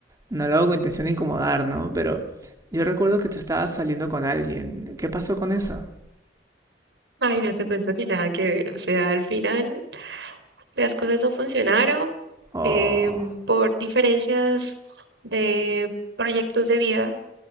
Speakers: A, on the right; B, on the right.
A: No lo hago con intención de incomodar, ¿no? Pero yo recuerdo que tú estabas saliendo con alguien. ¿Qué pasó con eso?
B: Ay, no te cuento que nada que ver. O sea, al final las cosas no funcionaron
A: Oh.
B: em, por diferencias de proyectos de vida.